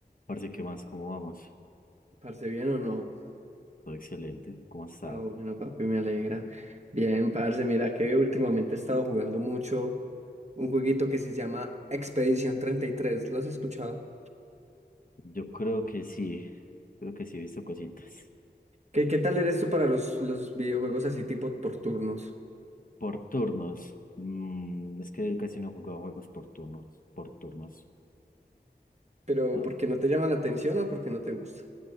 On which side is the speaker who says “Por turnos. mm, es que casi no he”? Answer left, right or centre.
Left